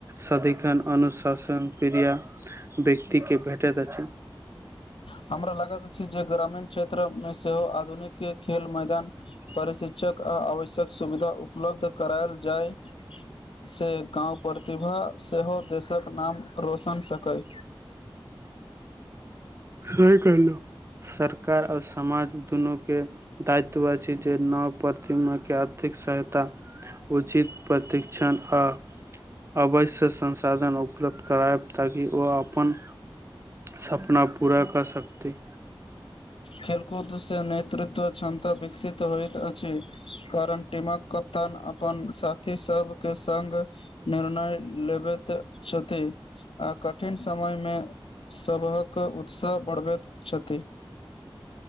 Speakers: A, on the right; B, on the left.
A: सधिखन अनुशासन प्रिय व्यक्ति के भेटैत रह छैय <unintelligible>
B: हमरा लागैत अछि जे ग्रामीण क्षेत्रमे सेहो आधुनिक के खेल मैदान प्रशिक्षक आ आवश्यक सुविधा उपलब्ध करायल जाय से गाव प्रतिभा सेहो देशक नाम रोशन सकय
A: सही कहलौ सरकार ओर समाज दुनू के दायित्व अछि जे नव प्रतिमा के आर्थिक सहायता उचित प्रतिक्षण आ अवश्य संसाधन उपलब्ध करायब ताकि ओ आपन सपना पूरा कर सकतै।
B: खेलकूदसँ नेतृत्व क्षमता विकसित होइतइत अछि। कारण टीमक कप्तान आपन साथी सबके संग निर्णय लेबै तऽ छथि् आ कठिन समय मे सभक उत्साह बढ़बैत छथि